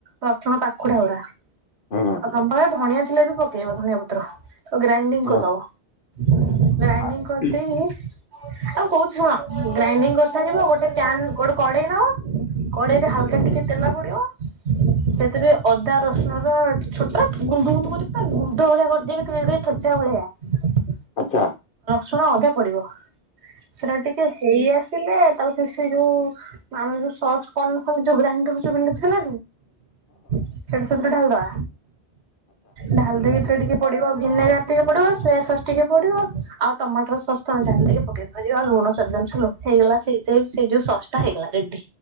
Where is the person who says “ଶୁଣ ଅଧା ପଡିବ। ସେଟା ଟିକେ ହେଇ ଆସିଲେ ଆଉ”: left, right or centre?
Right